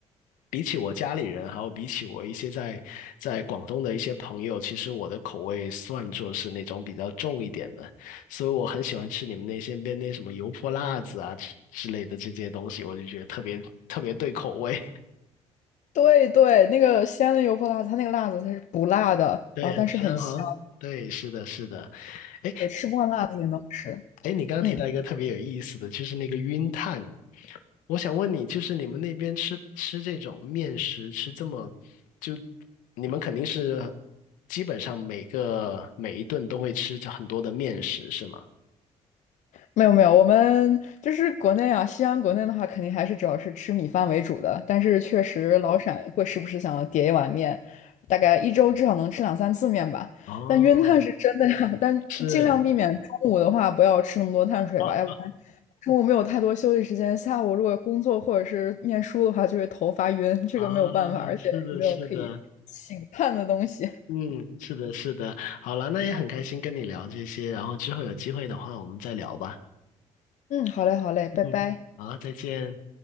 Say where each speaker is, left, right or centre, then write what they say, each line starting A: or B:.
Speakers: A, on the left; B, on the left.
A: 比起我家里人，还有比起我一些在在广东的一些朋友，其实我的口味算作是那种比较重一点的，所以我很喜欢吃你们那些边那什么油泼辣子啊之之类的这些东西，我就觉得特别特别对口味，
B: 对对，那个西安的油泼辣子，它那个辣子它是不辣的啊，
A: <laughs> 对，
B: 但是很香，
A: 很香哈。对，是的，是的。哎
B: 对，吃不惯辣子也能吃。
A: 哎，你刚刚提到一个特别有意思的，
B: 嗯，
A: 就是那个晕碳。我想问你，就是你们那边吃吃这种面食，吃这么，就你们肯定是基本上每个每一顿都会吃着很多的面食，是吗？
B: 没有没有，我们就是国内啊，西安国内的话，肯定还是主要是吃米饭为主的，但是确实老陕会时不时想要叠一碗面，大概一周至少能吃两三次面吧。
A: 哦，
B: 但晕碳是真的呀，<laughs> 但就尽量避免中午的话不要吃那么多碳水吧，
A: 是。<laughs>
B: 要不然。中午没有太多休息时间，下午如果工作或者是念书的话，就会头发晕，这个没有办法，
A: 啊，
B: 而且也没有可以醒叹的东西。
A: 是的，是的，
B: <laughs>
A: 嗯，是的，是的。好了，那也很开心跟你聊这些，然后之后有机会的话，我们再聊吧。
B: 嗯，好嘞，好嘞，拜拜。
A: 嗯，好，再见。